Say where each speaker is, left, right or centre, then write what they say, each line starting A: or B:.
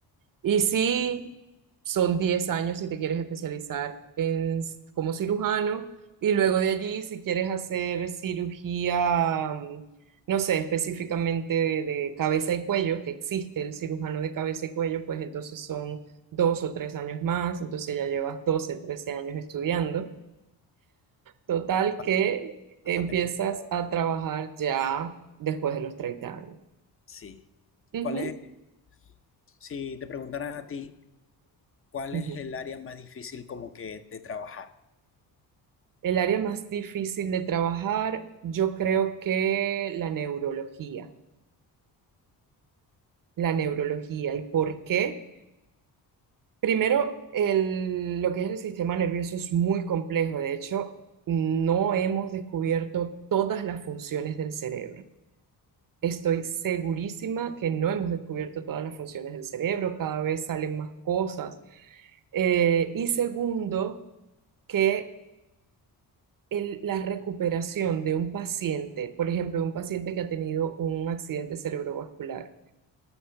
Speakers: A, on the right; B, on the left.
A: Y sí, son 10 años si te quieres especializar en, s- como cirujano y luego de allí si quieres hacer cirugía, mm, no sé, específicamente de, de cabeza y cuello, que existe el cirujano de cabeza y cuello, pues entonces son dos o tres años más, entonces ya llevas 12 13 años estudiando. Total
B: Ba-
A: que
B: Bastante
A: empiezas
B: complicado.
A: a trabajar ya después de los 30 años.
B: Sí.
A: Ujú,
B: ¿Cuál es, si te preguntaran a ti, cuál
A: ujú.
B: es el área más difícil como que de trabajar?
A: El área más difícil de trabajar, yo creo que la neurología, la neurología. ¿Y por qué? Primero, el- lo que es el sistema nervioso es muy complejo. De hecho, no hemos descubierto todas las funciones del cerebro. Estoy segurísima que no hemos descubierto todas las funciones del cerebro. Cada vez salen más cosas. Eh, y segundo, que el- la recuperación de un paciente, por ejemplo, un paciente que ha tenido un accidente cerebrovascular.